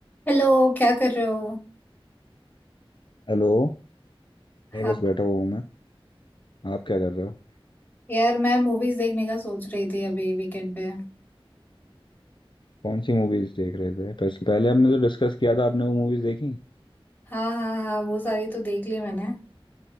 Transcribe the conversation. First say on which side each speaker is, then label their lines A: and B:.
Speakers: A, on the left; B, on the left.
A: Hello क्या कर रहे हो
B: Hello नहीं
A: हाँ
B: बस बैठा हुआ हूँ मैं आप क्या कर रहे हो
A: यार मैं मूवीज देखने का सोच रही थी अभी वीकेंड पे
B: कौन सी मूवीज देख रहे थे पहले पहले हमने जो डिस्कस किया था आपने वो मूवीज देखी
A: हाँ हाँ हाँ वो सारी तो देख ली मैंने